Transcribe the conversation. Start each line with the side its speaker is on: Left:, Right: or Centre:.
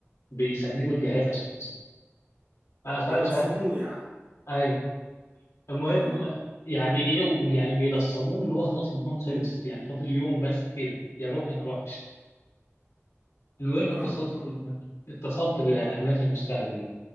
Left: بيسنجوا
Right: امم
Left: الجهاز عشان يسمع. آه، فمش
Right: بيلصموه
Left: عارف
Right: يعني
Left: ايوه المهم
Right: اه
Left: يعني ايه ويعني بيلصموه اللي هو خلاص الضمان خلص يعني فاضل يوم بس كده يا روح يا ما اروحش المهم اتصلت
Right: فاهمك اه
Left: اتصلت بحماية المستهلك دي